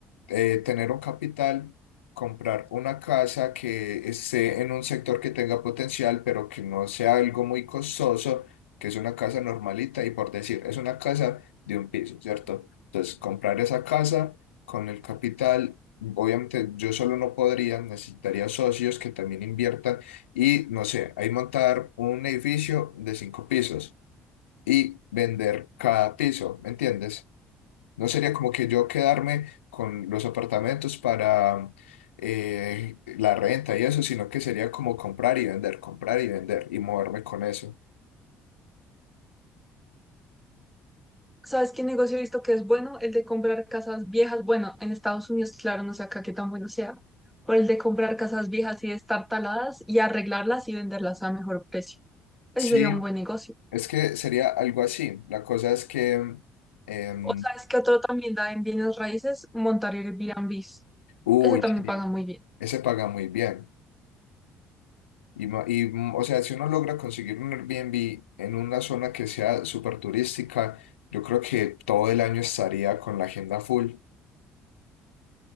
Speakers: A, on the left (about 85°); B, in the centre.
A: eh, tener un capital, comprar una casa que esté en un sector que tenga potencial, pero que no sea algo muy costoso, que es una casa normalita y por decir, es una casa de un piso, ¿cierto? Entonces, comprar esa casa con el capital. Obviamente yo solo no podría, necesitaría socios que también inviertan y no sé, ahí montar un edificio de cinco pisos y vender cada piso, ¿me entiendes? No sería como que yo quedarme con los apartamentos para eh, la renta y eso, sino que sería como comprar y vender, comprar y vender y moverme con eso.
B: ¿Sabes qué negocio he visto que es bueno? El de comprar casas viejas. Bueno, en Estados Unidos, claro, no sé acá qué tan bueno sea. Pero el de comprar casas viejas y de estar taladas y arreglarlas y venderlas a mejor precio. Ese
A: Sí,
B: sería un buen negocio.
A: es que sería algo así. La cosa es que, em,
B: O sabes que otro también da en bienes raíces, montar Airbnbs.
A: uy,
B: Ese también
A: sí,
B: paga muy bien.
A: ese paga muy bien. Y, ma- y, mm, o sea, si uno logra conseguir un Airbnb en una zona que sea súper turística, yo creo que todo el año estaría con la agenda full.